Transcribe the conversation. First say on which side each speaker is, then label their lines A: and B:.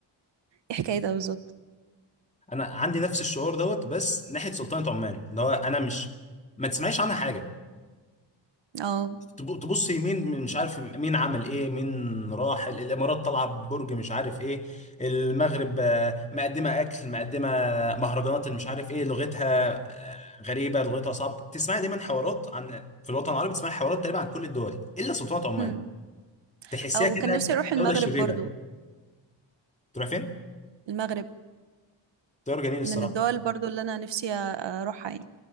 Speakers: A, on the right; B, on the left.
A: ايه حكايتها بالظبط
B: انا عندي نفس الشعور دوت بس ناحيه سلطنه عمان اللي هو انا مش ما تسمعيش عنها حاجه
A: اه
B: تب- تبص يمين مش عارف مين عمل ايه مين راح ال- الامارات طالعه ببرج مش عارف ايه المغرب آه، مقدمه اكل مقدمه مهرجانات اللي مش عارف ايه لغتها آه، غريبه لغتها صعبه تسمعي دايما حوارات عن في الوطن العربي تسمعي حوارات تقريبا عن كل الدول الا سلطنه عمان
A: أمم.
B: تحسيها
A: او
B: كانها
A: كان نفسي اروح المغرب
B: دوله شريره
A: برضو
B: تروح فين؟
A: المغرب
B: طيار جميل الصراحه
A: من الدول برضو اللي انا نفسي اروحها يعني